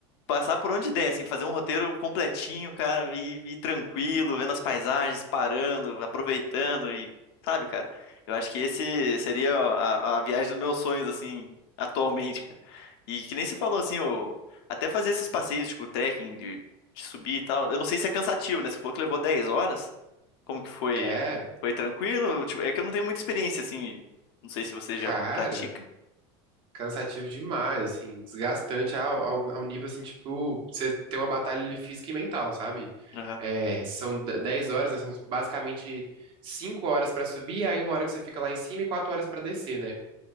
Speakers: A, on the left (about 75°); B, on the right (about 40°).
A: passar por onde der, assim, fazer um roteiro completinho, cara, e, e tranquilo, vendo as paisagens, parando, aproveitando e, sabe, cara, eu acho que esse seria a, a viagem dos meus sonhos, assim, atualmente, cara. E que nem você falou, assim, o, até fazer esses passeios, tipo, trekking, de, de subir e tal, eu não sei se é cansativo, né? Você falou que levou 10 horas, como que foi?
B: É,
A: Foi tranquilo? Tipo, é que eu não tenho muita experiência, assim, não sei se você
B: cara,
A: já pratica.
B: cansativo demais, assim, desgastante ao, ao, ao nível, assim, tipo, você tem uma batalha ali física e mental, sabe?
A: Aham.
B: É, são de- 10 horas, né? São basicamente 5 horas pra subir, aí uma hora que você fica lá em cima e 4 horas pra descer, né?